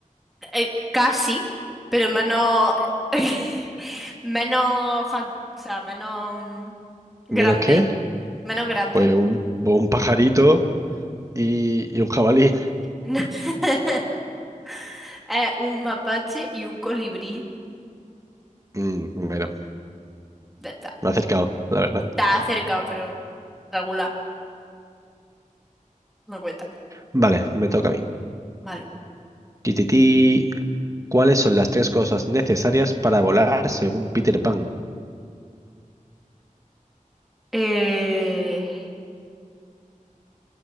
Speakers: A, in the centre; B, on the right (about 25°).
A: Eh, casi, pero menos. <laughs> menos. fan- o sea, menos. mm, grande.
B: ¿Menos qué?
A: Menos grande.
B: Pues un, un pajarito y, y un jabalí.
A: <laughs> Es un mapache y un colibrí.
B: Mm, bueno,
A: Ya está.
B: me ha acercado, la verdad.
A: Está cerca, pero regular. No cuenta.
B: Vale, me toca a mí.
A: Vale.
B: Tititi. ¿Cuáles son las tres cosas necesarias para volar según Peter Pan?
A: eh,